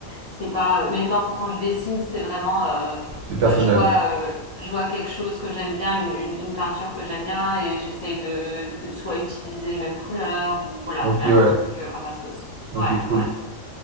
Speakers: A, on the left; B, on the right.
A: C'est pas. euh, Mais non, pour quand je dessine, c'est vraiment. euh,
B: et personnelles.
A: euh, je vois, euh, je vois quelque chose que j'aime bien, une, une, une peinture que j'aime bien, et j'essaye de euh, soit utiliser les mêmes couleurs ou voilà,
B: Ok,
A: faire
B: ouais.
A: un truc euh, à ma sauce.
B: Ok,
A: Ouais,
B: cool.
A: ouais.